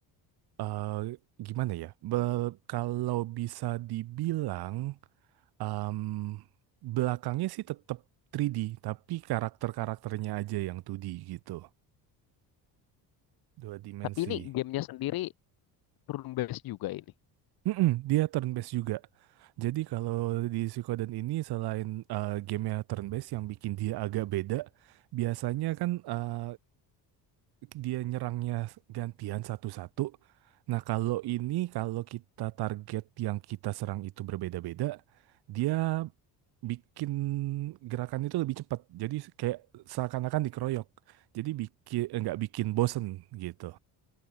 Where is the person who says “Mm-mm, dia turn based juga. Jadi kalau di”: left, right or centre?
Right